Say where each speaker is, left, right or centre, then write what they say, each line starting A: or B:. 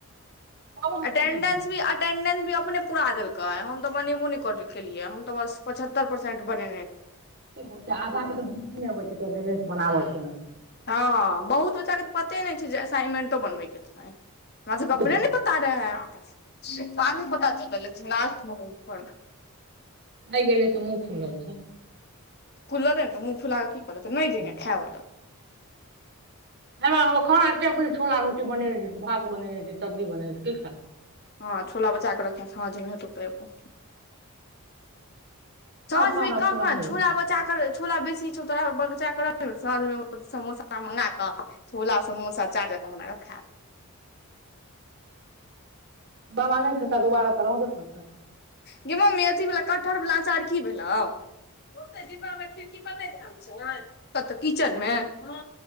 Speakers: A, on the right (about 50°); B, on the left (about 45°).
A: तब अहाँ
B: अटेडेस
A: कोन टेंशन
B: भी अटेंडेंस भी अपने पूरा देलके हम तऽ बनेबो नहि कर केलिये हम तऽ बस पचहत्तर परसेंट बने
A: हो आधाे त बुझे नहि अबैत छै लेनेस बनाब के ने
B: हँ बहुत बच्चा के तऽ पते नहि छै जे असाइमेंटो बनबे के छै हमरा सभके
A: बुझियौ
B: अपने ने पता तेँहि के पता लागल। <inaudible>
A: नहि गेलियै से मुह फूलल छै
B: फूल दही दे ने तऽ मुफुला कऽ कि कालेता तऽ नई
A: छै
B: जहि या खाय लै
A: एमे खाना अपने छोला रोटी बन भात बने छै सब्जी बने छै की खा छै
B: हँ छोला बचा क रख साँझमे हत त एोबो समझमे
A: हमरा खा हमरा
B: कह
A: नहि
B: छोला
A: य
B: बचा कर छोला बेसी कि तोरा बगचा कर साँझ मे समोसा मंगाक छोला समोसा चाट जेका बना क खाब
A: बाबा नहि खेतऽ दुबारा तऽ रहबे करतै
B: गय ममी अथी कटहर वलाअचार की भेलो ओतै डिब्बा मे खिड़की परनौ कत किचन मे ह